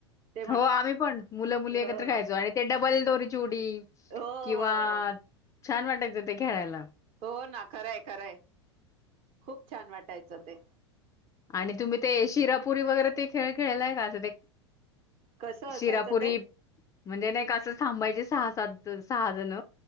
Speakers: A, on the right; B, on the left.
A: ते म्हण
B: हो आम्ही पण मुलं, मुली
A: हो
B: एकत्र खायचो आणि ते डबल दोरीची उडी
A: हो
B: किंवा
A: हो हो
B: छान वाटायचं ते खेळायला.
A: हो ना खरंय, खरंय खूप छान वाटायचं ते-
B: आणि तुम्ही ते शिरापुरी वगैरे ते खेळ खेळलाय का आता ते
A: कसं
B: शिरापुरी
A: असायचं ते
B: म्हणजे नाही कां थांबायचे सहा, सात, सहा जण-